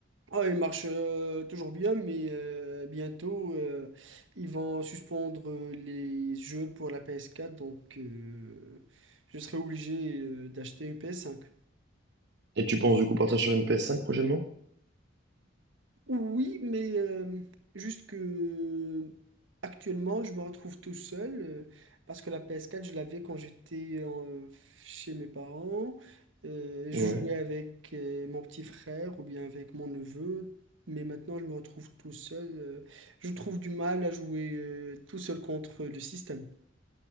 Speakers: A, on the right; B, on the right.
A: Ah, elle marche euh, toujours bien, mais euh, bientôt, euh, ils vont suspendre euh, les jeux pour la PS4, donc euh, je serai obligé euh, d'acheter une PS5.
B: Et tu penses du coup partir sur une PS5 prochainement?
A: Oui, mais euh, juste que actuellement, je me retrouve tout seul euh, parce que la ps quatre, je l'avais quand j'étais en- chez mes parents. Euh, je
B: Ouais.
A: jouais avec euh, mon petit frère ou bien avec mon neveu, mais maintenant, je me retrouve tout seul. euh, je trouve du mal à jouer euh, tout seul contre le système.